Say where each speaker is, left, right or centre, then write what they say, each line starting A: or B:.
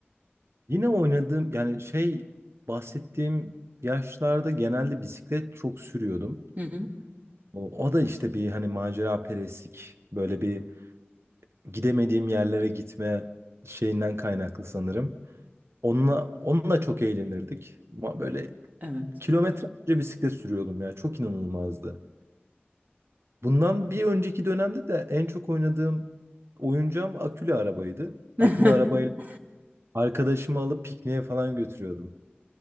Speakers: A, on the right (about 80°); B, on the right (about 45°).
A: Yine oynadığım yani şey bahsettiğim yaşlarda genelde bisiklet çok sürüyordum.
B: Hı hı.
A: O, o da işte bir hani macera perestlik böyle bir gidemediğim yerlere gitme şeyinden kaynaklı sanırım. Onunla, onunla çok eğlenirdik. Ama böyle
B: Evet.
A: kilometrelerce bisiklet sürüyordum ya çok inanılmazdı. Bundan bir önceki dönemde de en çok oynadığım oyuncağım akülü arabaydı.
B: <laughs>
A: Akülü arabayla arkadaşımı alıp pikniğe falan götürüyordum.